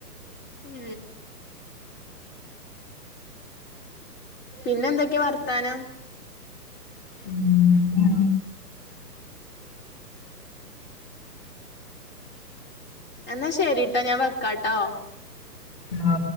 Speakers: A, on the left; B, on the left.
A: ഉം പിന്നെ എന്തൊക്കെയാ വർത്താനം
B: ഉം പിന്നെ
A: എന്നാ ശരിട്ടോ ഞാൻ വെക്കാട്ടോ
B: ആ